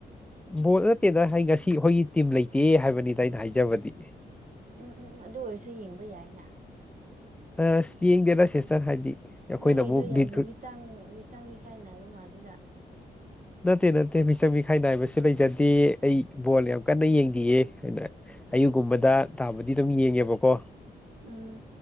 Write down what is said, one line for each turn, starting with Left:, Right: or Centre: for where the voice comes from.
Centre: ꯕꯣꯜ ꯅꯠꯇꯦꯗ ꯍꯥꯏ ꯉꯁꯤ ꯑꯩꯈꯣꯏꯒꯤ ꯇꯤꯝ ꯂꯩꯇꯦ ꯍꯥꯏꯕꯅꯤꯗ ꯑꯩꯅ ꯍꯥꯏꯖꯕꯗꯤ
Right: ꯎꯝ ꯎꯝ ꯎꯝ ꯑꯗꯨ ꯑꯣꯏꯔꯁꯨ ꯌꯦꯡꯕ ꯌꯥꯏꯅ
Centre: ꯑꯁ ꯌꯦꯡꯗꯦꯗ ꯁꯤꯁꯇꯔ ꯍꯥꯏꯗꯤ ꯑꯩꯈꯣꯏꯅ
Right: ꯅꯪꯒꯤꯗꯣ
Centre: ꯑꯃꯨꯛ
Right: ꯌꯥꯝꯅ
Centre: ꯕꯤꯠ
Right: ꯃꯤꯆꯪ ꯃꯤꯆꯪ ꯃꯤꯈꯥꯏ ꯅꯥꯏꯕ ꯃꯥꯜꯂꯤꯗ
Centre: ꯅꯠꯇꯦ ꯅꯠꯇꯦ ꯃꯤꯆꯪ ꯃꯤꯈꯥꯏ ꯅꯥꯏꯕꯁꯨ ꯂꯩꯖꯗꯦ ꯑꯩ ꯕꯣꯜ ꯌꯥꯝ ꯀꯟꯅ ꯌꯦꯡꯗꯤꯌꯦ <unintelligible> ꯑꯌꯨꯛꯀꯨꯝꯕꯗ ꯇꯥꯕꯨꯗꯤ ꯑꯗꯨꯝ ꯌꯦꯡꯉꯦꯕꯀꯣ
Right: ꯎꯝ